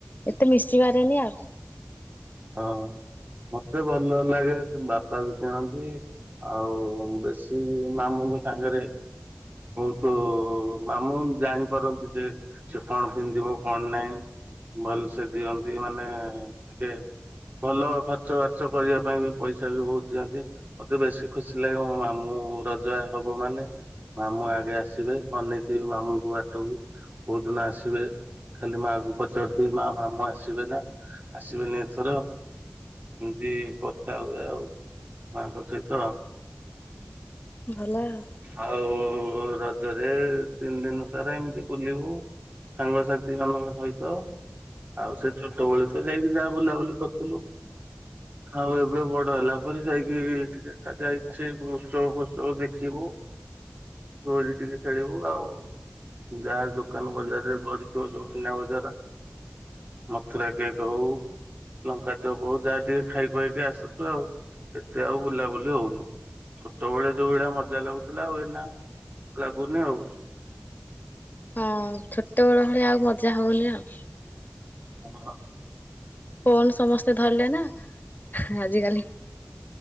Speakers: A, on the left (about 50°); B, on the right (about 45°).
A: ଏତେ ମିଶିିବାରେନି ଆଉ।
B: ହଁ ମତେ ଭଲ ଲାଗେ ବାପା ବି କିଣନ୍ତି ଆଉ ବେଶୀ ମାମୁଁ ବି ସାଙ୍ଗରେ ବହୁତ ମାମୁଁ ଜାଣିପାରନ୍ତି ଯେ ସେ କଣ ପିନ୍ଧିବ କଣ ନାହିଁ ଭଲ ସେ ଦିଅନ୍ତି ମାନେ ଟିକେ ଭଲ ଖର୍ଚ ବାର୍ଚ୍ଚ କରିବା ପାଇଁ ବି ପଇସା ବି ବହୁତ ଦିଅନ୍ତି ମତେ ବେଶୀ ଖୁସି ଲାଗିବ ମାମୁଁ ରଜଗ ହବ ମାନେ ମାମୁଁ ଆଗେ ଆସିବେ ଅନନେଇଥିବ ମାମୁଁଙ୍କୁ ବାଟକୁ କୋଉ ଦିନ ଆସିବେ ଖାଲି ମା କ ପଚାରୁଥିବେ ମା ମାମୁଁ ଆସିବେ ନା ଆସିବେନି? ର ଏମିତି କଥା ହୁଏ ଆଉ ମାଙ୍କ ସହିତ।
A: ଭଲ ଆଉ।
B: ଆଉ। ରଜରେ ତିନି ଦିନ ସାରା ଏମିତି ବୁଲିବୁ ସାଙ୍ଗସାଥି ମାନଙ୍କ ସହିତ ଆଉ ସେ ଛୋଟବେଳୁ। ତ ଯାଇକି ଯା ବୁଲାବୁଲି କରିଥିଲୁ ଆଉ ଏବେ ବଡ ହେଲା ପରେ ଯାଇକି ଟିକେ ଯାଇଛି। ଉତ୍ସବ ଫସବ ଦେଖିବୁ କୋଳି ଟିକେ ଖେଳିବୁ ଆଉ ଗାଁ ଦୋକାନ ବଜାରରେ ବରିଥିବ ସବୁନା ବଜାର ମଥୁର କେକ୍ ହଉ। ଲଙ୍କା ଚଉପଉ ଯାହା ଟିକେ ଖାଇ ଖୁଆଇକି ଆସୁଛୁ ଆଉ ଏତେ ଆଉ ବୁଲାବୁଲି ହଉନି ଛୋଟବେଳେ ଯୋଉ ଭଳିଆ ମଜା ଲାଗୁଥିଲା ଆଉ ଏନା ଲାଗୁନି ଆଉ।
A: ହଁ ଛୋଟବେେଳ ଭଳିଆ ଆଉ ମଜା ହଉନି ଆଉ।
B: ହ।
A: ଫୋନ ସମସ୍ତେ ଧରିଲ ନା? ଆଜିିକାଲି?